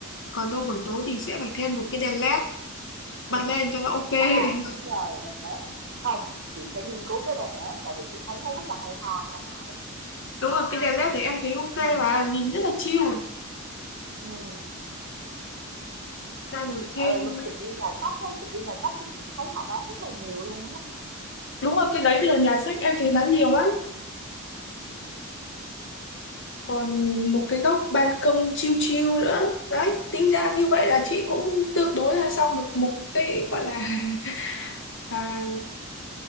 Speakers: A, on the left; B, on the right.
A: còn đâu buổi tối thì sẽ phải thêm một cái đèn led bật lên cho nó ok <laughs>
B: À đúng rồi, đèn led. Không, chị sẽ nghiên cứu cái đèn led tại vì chị thấy nó rất là hay ho nha Thảo.
A: đúng rồi cái đèn led đấy em thấy ok
B: Ừ,
A: và nhìn rất là chill
B: ừ.
A: Bàn then
B: Tại vì lúc chị đi nhà sách á, chị đi nhà sách chị cũng thấy họ bán rất là nhiều luôn á.
A: đúng rồi cái đấy bây giờ nhà sách em thấy bán nhiều lắm còn một cái góc ban công chill chill nữa đấy tính ra như vậy là chị cũng tương đối là xong được một cái gọi là <laughs> à,